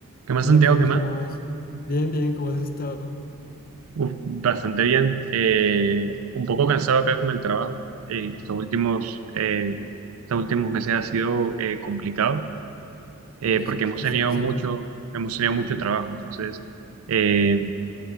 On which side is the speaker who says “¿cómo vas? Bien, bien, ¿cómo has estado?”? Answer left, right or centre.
Left